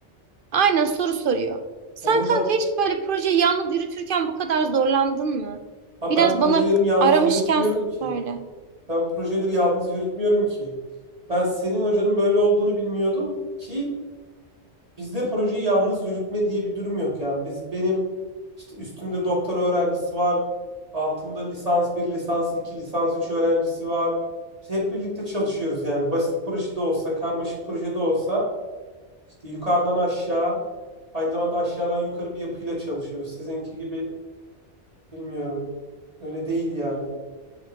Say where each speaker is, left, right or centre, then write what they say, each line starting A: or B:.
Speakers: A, on the right; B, on the right.
A: aynen soru soruyor. Sen
B: Ya bunda
A: kanka hiç böyle projeyi yalnız yürütürken bu kadar zorlandın mı?
B: abi
A: Biraz
B: ben projelerimi
A: bana
B: yalnız
A: aramışken
B: yürütmüyorum ki.
A: söyle.
B: Ben projeleri yalnız yürütmüyorum ki. Ben senin hocanın böyle olduğunu bilmiyordum ki Bizde projeyi yalnız yürütme diye bir durum yok yani. Biz benim işte üstümde doktora öğrencisi var. Altımda lisans bir lisans iki lisans 3 öğrencisi var. Biz hep birlikte çalışıyoruz yani. Basit projede olsa, karmaşık projede olsa işte yukarıdan aşağı, aynı zamanda aşağıdan yukarı bir yapıyla çalışıyoruz. Sizinki gibi bilmiyorum. Öyle değil yani.